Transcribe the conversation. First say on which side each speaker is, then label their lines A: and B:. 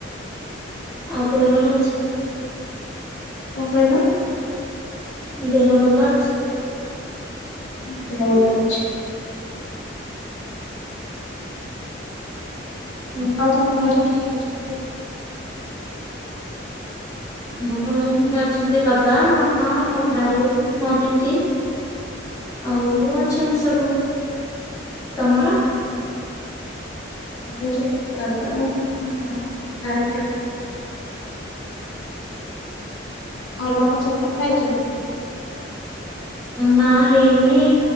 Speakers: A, on the left; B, on the left.
A: ଆଉ ଦେହ ଭଲ ଅଛି?
B: କଣ କହିଲ?
A: ଦେହ ଭଲ ଅଛି?
B: ହୁଁ ଦେହ ଭଲ ଅଛି।
A: ଉଁ ହୁଁ।
B: ଆଉ ତମ ଘରେ କିଏ କିଏ ଅଛନ୍ତି?
A: ଆମ ଘରେ ହିଁ ଅଛନ୍ତି ବାବା, ମାମା, ମୋ ଭାଇ, ମୋ ଦିଦି ଆଉ ଅଛନ୍ତି ସବୁ, ତମର?
B: ମୋର ଅଛନ୍ତି ବାବା, ମାମା, ଭାୟା। ଘର ଲୋକଙ୍କ ସହିତ କଥାହେଇଛ?
A: ନା ହେଇନି?